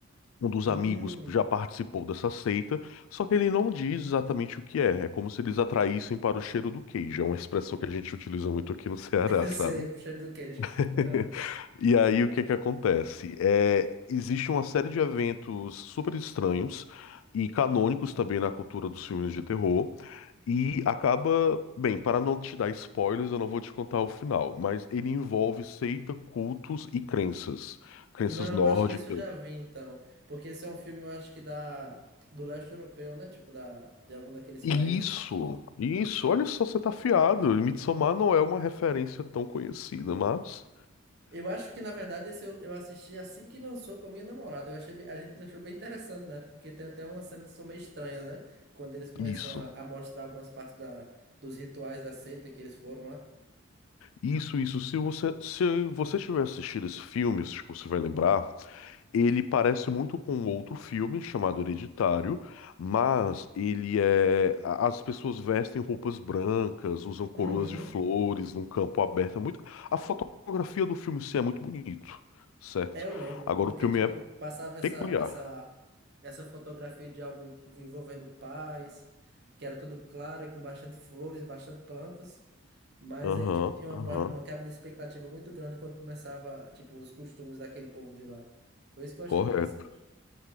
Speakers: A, on the left; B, on the right.
A: Um dos
B: Hum,
A: amigos já
B: <laughs>
A: participou dessa seita, só que ele não diz exatamente o que é. É como se eles atraíssem para o cheiro do queijo. É uma expressão que a gente utiliza muito aqui no Ceará,
B: eu
A: sabe?
B: sei, pro cheiro do queijo.
A: <laughs>
B: Aham.
A: E aí o que que acontece? É, existe uma série de eventos super estranhos e canônicos também na cultura dos filmes de terror. E acaba, bem, para não te dar spoilers, eu não vou te contar o final, mas ele envolve seita, cultos e crenças. Crenças
B: Não,
A: nórdicas,
B: eu acho que esse eu já vi, então. Porque esse é um filme, eu acho que da, do leste europeu, né? Tipo, da, de algum daqueles
A: Isso,
B: países.
A: isso, olha só, você tá afiado. Midsommar não é uma referência tão conhecida, mas
B: Eu acho que, na verdade, esse eu, eu assisti assim que lançou com a minha namorada. Eu achei, bem- a gente achou bem interessante, né? Porque tem até umas cenas que são meio estranhas, né? Quando eles começam
A: isso,
B: a, a mostrar algumas partes da, dos rituais da seita que eles foram lá.
A: isso, isso. Se você, se você tiver assistido esse filme, se você vai lembrar, ele parece muito com outro filme chamado Hereditário, mas ele é. a- As pessoas vestem roupas brancas, usam coroas
B: Uhum.
A: de flores num campo aberto. É muito. A fotografia do filme em si é muito bonito, certo?
B: É, Eu lembro,
A: Agora
B: porque
A: o filme
B: tipo,
A: é
B: passava essa
A: peculiar.
B: essa essa fotografia de algo envolvendo paz, que era tudo claro e com bastante flores e bastante plantas, mas
A: Aham,
B: aí tipo tinha uma, ba-
A: aham.
B: uma quebra de expectativa muito grande quando começava, tipo, os costumes daquele povo de lá. Foi isso que eu
A: Correto.
B: achei interessante.